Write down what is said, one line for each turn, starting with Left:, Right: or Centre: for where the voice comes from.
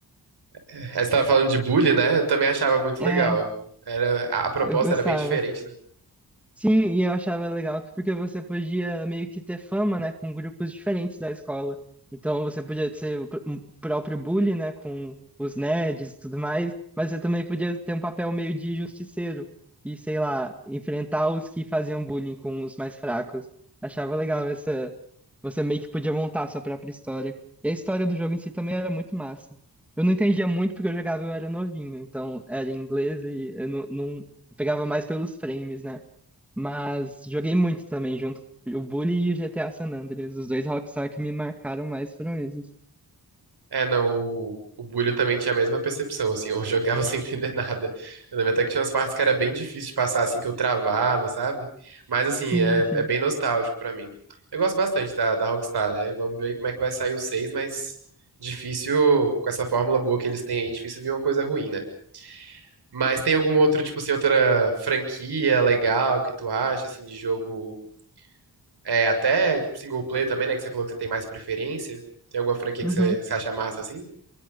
Right: É, Você tava falando de bullying, né? Eu também achava muito
Centre: É,
Right: legal. Era, a, a proposta
Centre: eu gostava.
Right: era bem diferente, né?
Centre: Sim, e eu achava legal que- porque você podia meio que ter fama, né, com grupos diferentes da escola. Então você podia ser o pr- um próprio bully, né, com os nerds e tudo mais, mas você também podia ter um papel meio de justiceiro e, sei lá, enfrentar os que faziam bullying com os mais fracos. Achava legal essa. Você meio que podia montar a sua própria história. E a história do jogo em si também era muito massa. Eu não entendia muito porque eu jogava, eu era novinho, então era em inglês e eu não, não- eu pegava mais pelos frames, né? Mas joguei muito também junto. O Bully e o GTA San Andreas. Os dois Rockstar que me marcaram mais foram esses.
Right: É, não, o, o Bulho também tinha a mesma percepção, assim, eu jogava <laughs> sem entender nada. Eu lembro até que tinha umas partes que era bem difícil de passar, assim, que eu travava, sabe? Mas, assim,
Centre: Sim,
Right: é,
Centre: sim.
Right: é bem nostálgico pra mim. Eu gosto bastante da, da Rockstar, né? Vamos ver como é que vai sair o 6, mas difícil, com essa fórmula boa que eles têm aí, difícil vir uma coisa ruim, né? Mas tem algum outro, tipo assim, outra franquia legal que tu acha, assim, de jogo, é, até tipo, single player também, né, que você falou que você tem mais preferência? Tem alguma franquia
Centre: Uhum.
Right: que você, que você acha massa, assim?